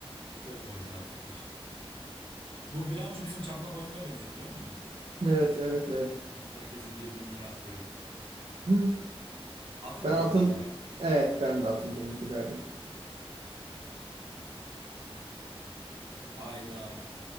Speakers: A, on the right (about 60°); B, on the right (about 80°).
A: Çok orijinal bir fikir. Bu bilanço bizim çakmak oyununa benziyor biliyor musun?
B: Evet evet evet.
A: Herkesin birbirini yaktığı.
B: Hı.
A: Atın
B: Ben
A: bulunuşu
B: atın...
A: ya.
B: Evet ben de atın bulunuşu derdim.
A: Hayda.